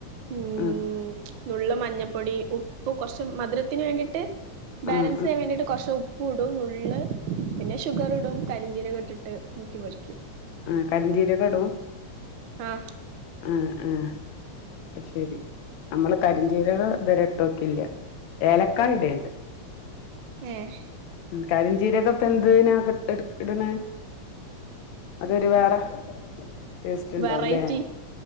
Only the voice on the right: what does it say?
ഉും
നുള്ള് മഞ്ഞപ്പൊടി ഉപ്പ് കുറച്ച് മധുരത്തിന് വേണ്ടിയിട്ട് ബാലൻസ്
ചെയ്യാൻ വേണ്ടിട്ട് കുറച്ച് ഉപ്പ ഉപ്പൂടും നുള്ള് പിന്നെ ഷുഗർ ഇടും കരിഞ്ചീരകം ഇട്ടിട്ട് മുക്കി പൊരിക്കും.
ആഹ്
ഏഹ്
വെറൈറ്റി